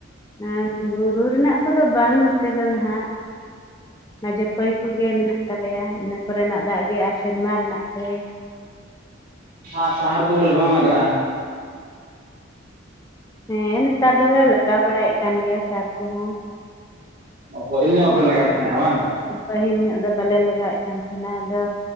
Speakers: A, on the left; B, on the right.
A: ᱟᱨ ᱵᱩᱨᱩ ᱨᱮᱱᱟᱜ ᱠᱚᱫᱚ ᱵᱟᱝ ᱱᱚᱛᱮ ᱫᱚ ᱱᱟᱦᱟᱜ ᱱᱟᱡᱮ ᱯᱟᱹᱭ ᱠᱚᱜᱮ ᱢᱮᱱᱟᱜ ᱛᱟᱞᱮᱭᱟ ᱤᱱᱟᱹ ᱠᱚᱨᱮᱱᱟᱜ ᱫᱟᱜ ᱜᱮ ᱟᱨ ᱥᱮᱨᱢᱟ ᱨᱮᱱᱟᱜ ᱛᱮ
B: ᱟᱨ ᱥᱟᱦᱟᱨ ᱠᱚ ᱵᱚᱞᱮ ᱵᱟᱝ ᱞᱟᱜᱟᱜᱼᱟ
A: ᱦᱮᱸ ᱱᱮᱛᱟᱨ ᱫᱚᱞᱮ ᱞᱟᱜᱟᱣ ᱵᱟᱲᱟᱭᱮᱫ ᱠᱟᱱ ᱜᱮᱭᱟ ᱥᱟᱨ ᱠᱚᱦᱚᱸ
B: ᱚᱠᱚᱭᱤᱞ ᱧᱚᱜ ᱵᱟᱯᱮ ᱞᱟᱜᱟᱣᱮᱫ ᱛᱟᱦᱮᱸᱱᱟ ᱵᱟᱝ
A: ᱯᱟᱹᱦᱤᱞ ᱧᱚᱜ ᱫᱚ ᱵᱟᱞᱮ ᱞᱟᱜᱟᱣᱮᱫ ᱠᱟᱱ ᱛᱟᱦᱮᱱᱟ ᱟᱫᱚ